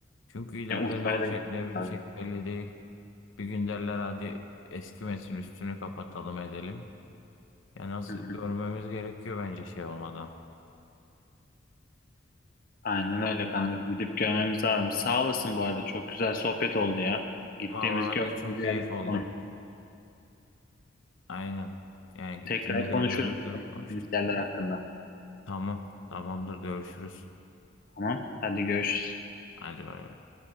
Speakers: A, on the left (about 80°); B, on the left (about 45°).
A: Çünkü ileride
B: Yani Urfa'ya
A: ne olacak
B: da gitmek
A: ne bitecek belli değil. Bir gün derler hadi eskimesin üstünü kapatalım edelim. Ya nasıl
B: lazım.
A: görmemiz gerekiyor bence şey olmadan.
B: Aynen
A: Va-
B: öyle kanka. Gidip görmemiz lazım. Sağ olasın bu arada. Çok güzel sohbet oldu ya. Gittiğimiz
A: Vallahi
B: gördüğümüz
A: ben de çok keyif
B: yerleri
A: oldum.
B: konuştuk.
A: Aynen. Yani gittiğimiz
B: Tekrar
A: yerleri
B: konuşuruz.
A: de
B: Gittiğimiz
A: konuştuk.
B: yerler hakkında.
A: Tamam. Tamamdır görüşürüz.
B: Tamam. Hadi görüşürüz.
A: Hadi bay bay.